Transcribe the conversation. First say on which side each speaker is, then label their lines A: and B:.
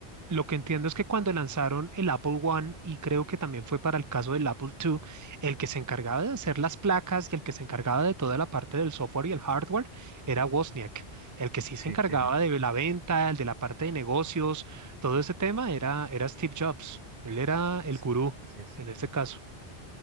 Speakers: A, on the right; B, on the right.
A: Lo que entiendo es que cuando lanzaron el Apple One, y creo que también fue para el caso del Apple II, el que se encargaba de hacer las placas y el que se encargaba de toda la parte del software y el hardware era Wozniak. El que sí se
B: Sí,
A: encargaba
B: sí, sí.
A: de la venta, el de la parte de negocios, todo ese tema era, era Steve Jobs. Él era el
B: Sí,
A: gurú
B: Así es,
A: en este caso.